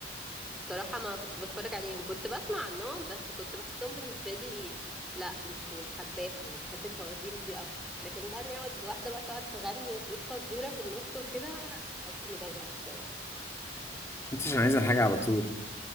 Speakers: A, in the centre; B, on the left.
A: بصراحة ما كنتش بتفرج عليهم كنت بسمع عنهم بس كنت بحسهم بالنسبة لي لا مش مش حباهم يعني بحب الفوازير دي اكتر لكن بقى اني اقعد واحدة بقى تقعد تغني وتقول فزورة في النص وكده كنت بحس اني بزهق الصراحة
B: انت عشان عايزه الحاجه على طول